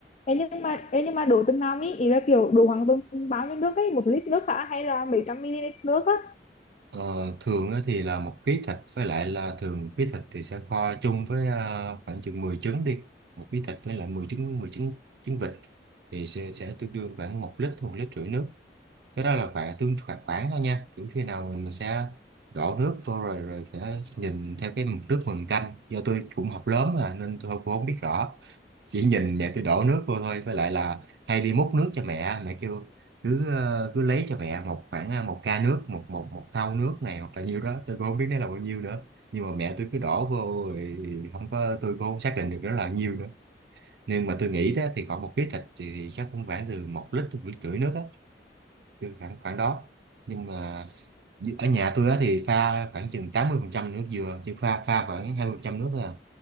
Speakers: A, on the left; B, on the right.
A: ê nhưng mà ê nhưng mà đổ từng nào ý ý là kiểu đổ khoảng từng bao nhiêu nước ấy một lít nước hả hay là mấy trăm ml nước á
B: Ờ, thường á thì là một ký thịt với lại là thường ký thịt thì sẽ kho chung với ờ, khoảng chừng 10 trứng đi một ký thịt với lại 10 trứng 10 trứng trứng vịt thì sẽ, sẽ tương đương khoảng một lít một lít rưỡi nước cái đó là khoảng tương khoảng khoảng thôi nha kiểu khi nào mình, mình sẽ đổ nước vô rồi rồi sẽ nhìn theo cái mực nước mình canh do tôi cũng học lớn mà nên tôi không, cũng không biết rõ chỉ nhìn mẹ tôi đổ nước vô thôi với lại là hay đi múc nước cho mẹ mẹ kêu cứ ờ, cứ lấy cho mẹ một khoảng ờ, một ca nước một một một thau nước này hoặc là nhiêu đó tôi cũng không biết nó là bao nhiêu nữa nhưng mà mẹ tôi cứ đổ vô rồi không có tôi cũng không xác định được nó là nhiêu nữa nhưng mà tôi nghĩ đó thì khoảng một ký thịt thì chắc cũng khoảng từ một lít tới một lít rưỡi nước á từ khoảng khoảng đó nhưng mà d- ở nhà tôi á thì pha khoảng chừng 80% nước dừa chứ pha pha khoảng 20% nước thôi à